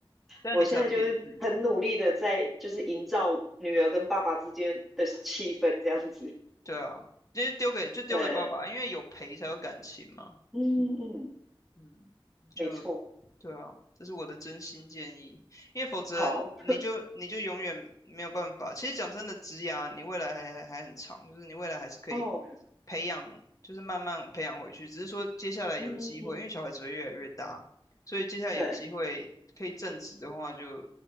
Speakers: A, on the left; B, in the centre.
A: 这样你才有自己的自由。
B: 我现在就是很努力的在就是营造女儿跟爸爸之间的气氛这样子。
A: 对啊，就是丢给就丢给爸爸，
B: 对，
A: 因为有陪才有感情嘛。
B: 嗯嗯，
A: 嗯，就
B: 没错，
A: 对啊，这是我的真心建议，因为否则你就你就永远没有办法。
B: 好
A: 其实讲真的，职涯你未来还还还很长，就是你未来还是可以
B: 哦，
A: 培养，就是慢慢培养回去。只是说接下来有机会，
B: 嗯嗯嗯，
A: 因为小孩子会越来越大，所以接下来有机会可以正职的话就，
B: 对，